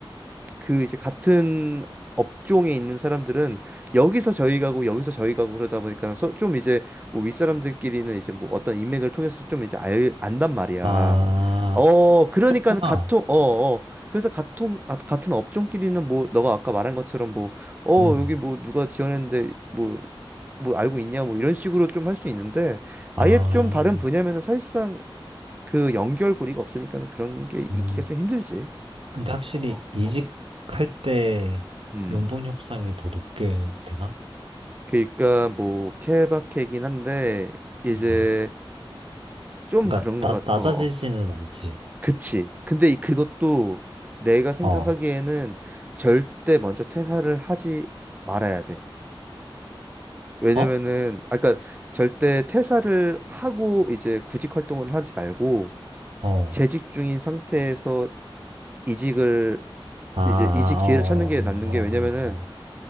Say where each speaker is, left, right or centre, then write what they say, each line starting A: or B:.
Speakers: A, on the right; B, on the right.
A: 그 이제 같은 업종에 있는 사람들은 여기서 저희 가고 여기서 저희 가고 그러다 보니까 서- 좀 이제 뭐 윗사람들끼리는 이제 뭐 어떤 인맥을 통해서 좀 이제 알, 안단 말이야.
B: 아,
A: 어, 그러니까 같은
B: 아,
A: 어, 어. 그래서 같은 아, 같은 업종끼리는 뭐 너가 아까 말한 것처럼 뭐 어,
B: 음,
A: 여기 뭐 누가 지원했는데 뭐 뭐 알고 있냐 뭐 이런 식으로 좀 할 수 있는데 아예
B: 아,
A: 좀 다른 분야면은 사실상 그 연결고리가 없으니까는 그런 게
B: 음.
A: 있기가 좀 힘들지.
B: 근데 확실히
A: 어,
B: 이직할
A: 어, 어.
B: 때
A: 음.
B: 연봉 협상이 더 높게 되나?
A: 그러니까 뭐 케바케긴 한데 이제
B: 음.
A: 좀
B: 그러니까
A: 그런 것
B: 나,
A: 같.
B: 낮아지지는
A: 어, 어.
B: 않지.
A: 그치. 근데 이- 그것도 내가 생각하기에는
B: 어,
A: 절대 먼저 퇴사를 하지 말아야 돼. 왜냐면은
B: 어?
A: 아까 절대 퇴사를 하고 이제 구직 활동을 하지 말고
B: 어.
A: 재직 중인 상태에서 이직을
B: 아, 아,
A: 이제 이직 기회를
B: 어,
A: 찾는 게
B: 어, 어,
A: 낫는 게 왜냐면은
B: 어, 어.